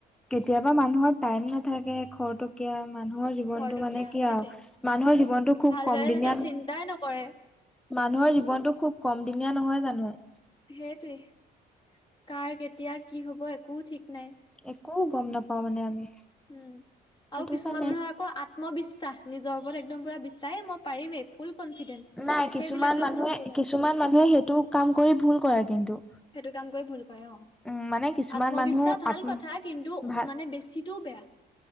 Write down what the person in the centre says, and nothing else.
কেতিয়াবা মানুহৰ টাইম নাথাকে খৰতোক এয়া মানুহৰ জীৱনতটো
মানে কি
আৰু মানুহৰ জীৱনতটো খুব
কম দিনীয়া
মানুহৰ জীৱনতটো খুব কমদিনীয়া নহয় জানো।
একো গম নাপাওঁ মানে আমি।
সেইটো
কাৰণে
নাই কিছুমান
মানুহে
কিছুমান মানুহে সেইটো কাম কৰি ভুল কৰে কিন্তু।
উম মানে কিছুমান
মানুহ
আত্ম
ভাল